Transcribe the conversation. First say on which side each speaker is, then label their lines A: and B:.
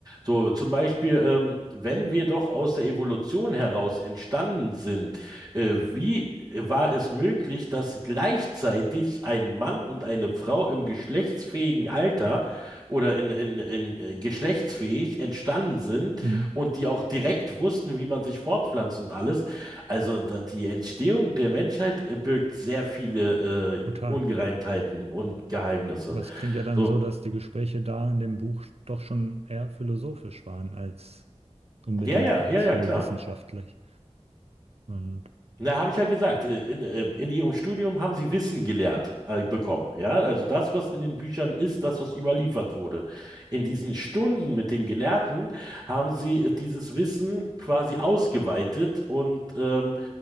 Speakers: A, on the right; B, on the right.
A: So, zum Beispiel, ähm, wenn wir doch aus der Evolution heraus entstanden sind, äh, wie war es möglich, dass gleichzeitig ein Mann und eine Frau im geschlechtsfähigen Alter oder in, in, in äh, geschlechtsfähig entstanden sind
B: Mhm.
A: und die auch direkt wussten, wie man sich fortpflanzt und alles? Also da, die Entstehung der Menschheit äh, birgt sehr viele äh,
B: Total.
A: Ungereimtheiten und Geheimnisse.
B: Was klingt ja dann
A: So,
B: so, dass die Gespräche da in dem Buch doch schon eher philosophisch waren als unbedingt
A: ja, ja, ja,
B: so
A: ja, klar.
B: wissenschaftlich. Und,
A: Na, habe ich ja gesagt, äh, in, äh, in ihrem Studium haben sie Wissen gelehrt, äh, bekommen. Ja, also das, was in den Büchern ist, das, was überliefert wurde. In diesen Stunden mit dem Gelehrten haben sie äh, dieses Wissen quasi ausgeweitet und ähm,